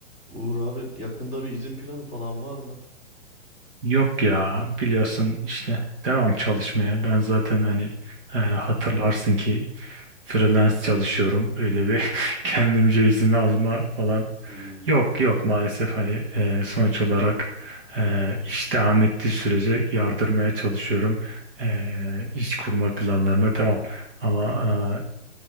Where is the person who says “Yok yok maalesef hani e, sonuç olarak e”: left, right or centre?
Right